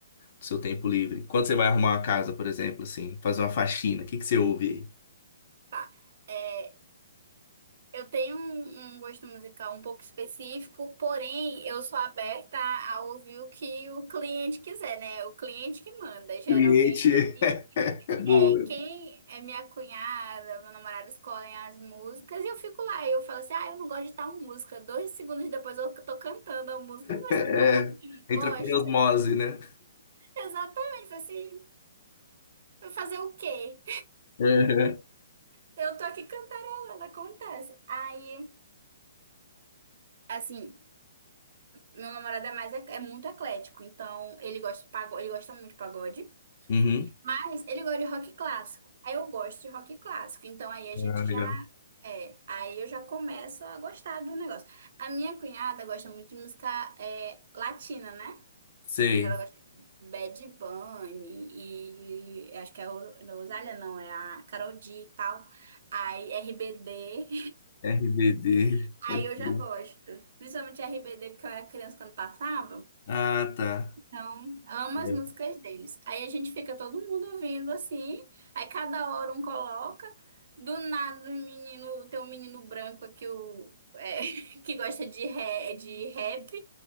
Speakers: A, on the left; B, on the right.
A: Seu tempo livre. Quando você vai arrumar uma casa, por exemplo, assim, fazer uma faxina, o que que você ouve? aí?
B: Tá, é, eu tenho um, um gosto musical um pouco específico, porém, eu sou aberta a ouvir o que o cliente quiser, né? O cliente que manda. Geralmente,
A: Cliente,
B: ele
A: <laughs> é boa.
B: é quem é minha cunhada, meu namorado escolhem as músicas e eu fico lá. E eu falo assim, ah, eu não gosto de tal música. Dois segundos depois eu tô cantando a música. Mas
A: É,
B: você não
A: Entra
B: gosta?
A: com osmose, né?
B: Exatamente, falei assim, vai fazer o quê?
A: É.
B: Eu tô aqui cantarolando, acontece. Aí, assim, meu namorado é mais, é muito eclético, então ele gosta de pagode, ele gosta muito de pagode,
A: Uhum.
B: mas ele gosta de rock clássico. Aí eu gosto de rock clássico, então aí a gente
A: Ah,
B: já
A: legal.
B: é, aí eu já começo a gostar do negócio. A minha cunhada gosta muito de música é, latina, né?
A: Sei.
B: Ela gosta de Bad Bunny e acho que é a Oro- Rosália, não, é a Karol G e tal. Aí RBD.
A: RBD.
B: <laughs>
A: Pode
B: Aí eu
A: ser.
B: já gosto. Principalmente RBD, porque eu era criança quando passava.
A: Ah, tá.
B: Então, amo
A: É.
B: as músicas deles. Aí a gente fica todo mundo ouvindo assim, aí cada hora um coloca. Do nada, o menino, tem um menino branco que, o, é, <laughs> que gosta de, ré, de rap.